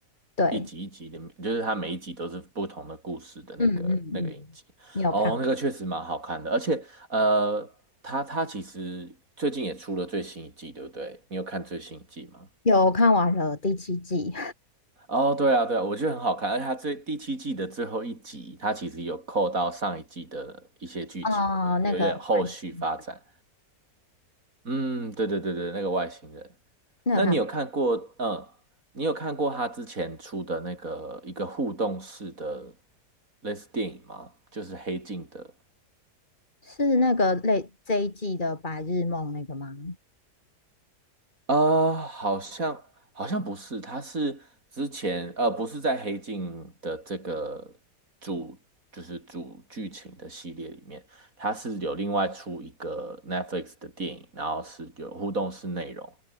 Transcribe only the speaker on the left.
对，
嗯嗯嗯，你有看？
有看完了第七季，
<laughs> 啊、
那个外星，
那还
是那个类这一季的白日梦那个吗？